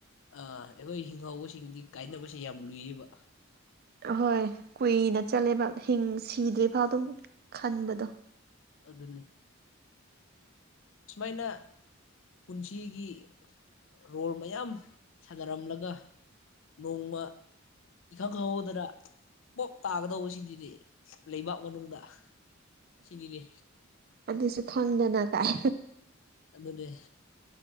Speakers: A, on the left; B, on the right.
A: ꯑꯥ ꯑꯩꯈꯣꯏ ꯍꯤꯡꯍꯧꯕꯁꯤꯡꯗꯤ ꯀꯥꯏꯅꯕꯁꯦ ꯌꯥꯝ ꯂꯨꯏꯌꯦꯕ
B: ꯑꯍꯣꯏ ꯀꯨꯏꯅ ꯆꯠꯂꯦꯕ ꯍꯤꯡ ꯁꯤꯗ꯭ꯔꯤꯐ ꯑꯗꯨꯝ ꯈꯟꯕꯗꯣ
A: ꯑꯗꯨꯅꯤ ꯁꯨꯃꯥꯏꯅ ꯄꯨꯟꯁꯤꯒꯤ ꯔꯣꯜ ꯃꯌꯥꯝ ꯁꯥꯟꯅꯔꯝꯂꯒ ꯅꯣꯡꯃ ꯏꯈꯪ ꯈꯪꯍꯧꯗꯅ ꯄꯣꯞ ꯇꯥꯒꯗꯧꯕꯁꯤꯡꯁꯤꯗꯤ ꯂꯩꯕꯥꯛ ꯃꯅꯨꯡꯗ ꯁꯤꯅꯤꯅꯦ
B: ꯑꯗꯨꯁꯨ ꯈꯪꯗꯅ ꯇꯥꯏ
A: ꯑꯗꯅꯦ